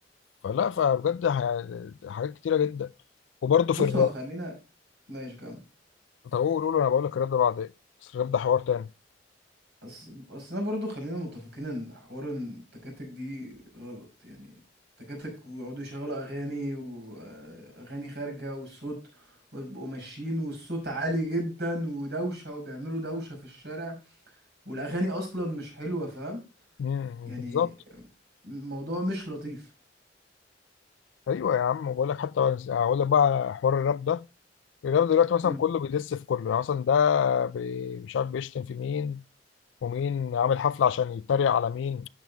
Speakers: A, on the left (about 80°); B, on the right (about 65°).
A: فلا فبجد ح- حاجات كتيره جدا وبرضه
B: بص
A: في الراب
B: هو خلينا ماشي كام
A: طب قول قول انا بقول لك الراب ده بعد ايه بس الراب ده حوار تاني
B: بس بس انا برضو خلينا متفقين ان حوار إن التكاتك دي غلط يعني التكاتك ويقعدوا يشغلوا اغاني واغاني خارجه والصوت ويبقوا ماشيين والصوت عالي جدا ودوشه وبيعملوا دوشه في الشارع والاغاني اصلا مش حلوه فاهم
A: امم
B: يعني
A: بالظبط
B: الموضوع مش لطيف
A: ايوه يا عم وبقول لك حتى اقول لك بقى حوار الراب ده الرياضة دلوقتي مثلا
B: مم.
A: كله بيدس في كله يعني مثلا ده بي- مش عارف بيشتم في مين ومين عامل حفلة عشان يتريق على مين